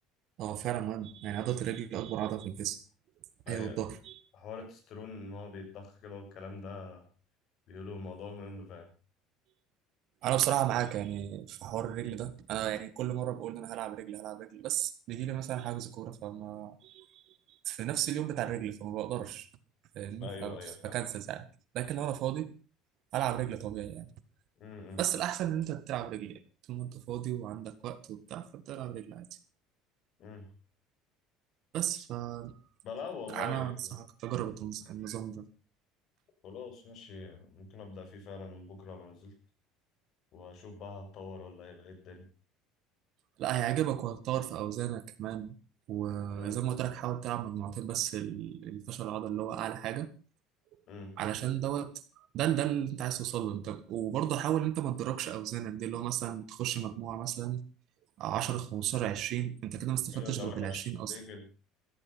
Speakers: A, on the right; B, on the left.
A: هو فعلا مهم يعني عضله الرجل اكبر عضله في الجسم
B: ايوه
A: هي والظهر
B: حوار التسترون ان هو بيتضخ كده والكلام ده بيقولوا الموضوع مهم فاهم
A: انا بصراحه معاك يعني في حوار الرجل ده انا يعني كل مره بقول ان انا هلعب رجل هلعب رجل بس بيجي لي مثلا حاجز كوره فما في نفس اليوم بتاع الرجل فما بقدرش فاهمني
B: ايوه
A: فبت-
B: ايوه فاهم
A: بكنسل ساعات لكن لو انا فاضي العب رجل طبيعي يعني
B: امم
A: بس الاحسن ان انت تلعب رجل يعني طول ما انت فاضي وعندك وقت وبتاع فبتلعب رجل عادي
B: امم
A: بس فانا
B: بلعب والله
A: انصحك
B: يعني
A: تجرب النظ- النظام ده
B: خلاص ماشي ممكن ابدا فيه فعلا بكره لو نزلت واشوف بقى هتطور ولا هيبقى ايه الدنيا
A: لا هيعجبك وهتطور في اوزانك كمان وزي
B: امم
A: ما قلت لك حاول تلعب مجموعتين بس ال- الفشل العضلي اللي هو اعلى حاجه
B: امم
A: علشان دوت ده ده اللي انت عايز توصل له انت وبرضه حاول انت ما تدركش اوزانك دي اللي هو مثلا تخش مجموعه مثلا 10 15 20 انت كده ما استفدتش
B: ايه ده ده
A: غير
B: وحش
A: بال 20 اصلا
B: ليه كده